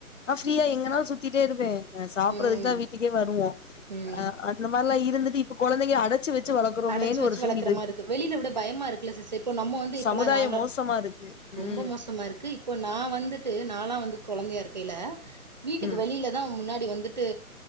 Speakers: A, on the left; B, on the right.
A: நா ஃப்ரீயா எங்கனாலு சித்திடே இருப்பே சாப்பிறதுக்கு
B: ம்
A: தா வீட்டுக்கே வருவோம்
B: ம்
A: அ அந்த மாரிலா இருந்துட்டு இப்ப குழந்தைய அடச்சு வச்சு வளக்குறோமேன்னு
B: அடச்சு வச்ச
A: ஒரு ஃபீல்
B: வளர்க்கற மாரி இருக்கு வெளியில விட பயமா இருக்குல சிஸ்டர் இப்ப நம்ம வந்து இப்பல்லா
A: சமுதாயம்
B: நாங்க
A: மோசமா இருக்கு
B: ரொம்ப
A: ம்
B: மோசமா இருக்கு இப்ப நா வந்துட்டு நல்லா வந்து கெழந்தைய இருக்கில வீட்டுக்கு
A: ம்
B: வெளில அதா முன்னாடி வந்துட்டு